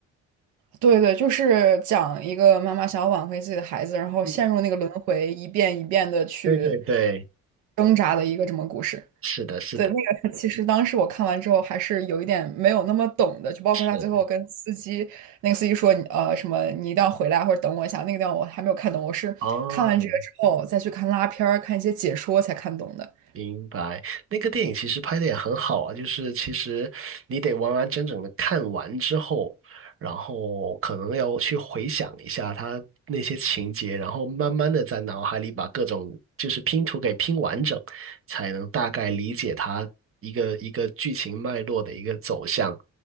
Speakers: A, on the right; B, on the right.
A: 对对，就是讲一个妈妈想要挽回自己的孩子，然后陷入那个轮回，
B: 嗯，
A: 一遍一遍的去
B: 对对对，
A: 挣扎的一个这么故事。
B: 是的，是的，
A: 对，那个其实当时我看完之后还是有一点没有那么懂的，就包括他最后跟司机，
B: 是
A: 那个司机说，呃，什么你一定要回来或者等我一下，那个地方我还没有看懂，我是看完这个之后再去看拉片儿、
B: 哦，
A: 看一些解说才看懂的。
B: 明白。那个电影其实拍的也很好啊，就是其实你得完完整整的看完之后，然后可能要去回想一下它那些情节，然后慢慢的在脑海里把各种就是拼图给拼完整，才能大概理解它一个一个剧情脉络的一个走向。